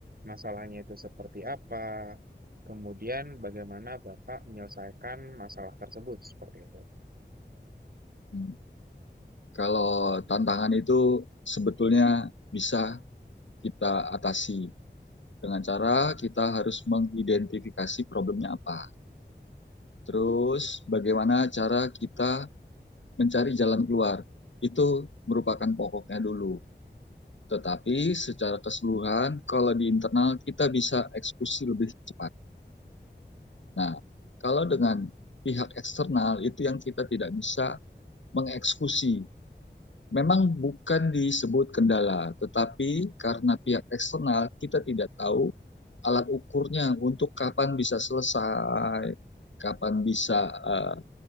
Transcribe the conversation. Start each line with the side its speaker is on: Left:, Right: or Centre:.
Right: masalahnya itu seperti apa, Kemudian bagaimana Bapak menyelesaikan masalah tersebut seperti itu?
Left: Hmm. Kalau tantangan itu sebetulnya bisa kita atasi dengan cara kita harus mengidentifikasi problemnya apa. Terus bagaimana cara kita mencari jalan keluar. Itu merupakan pokoknya dulu. Tetapi secara keseluruhan, kalau di internal kita bisa eksekusi lebih cepat. Nah, kalau dengan pihak eksternal itu yang kita tidak bisa mengeksekusi. Memang bukan disebut kendala, tetapi karena pihak eksternal kita tidak tahu alat ukurnya untuk kapan bisa selesai, kapan bisa uh,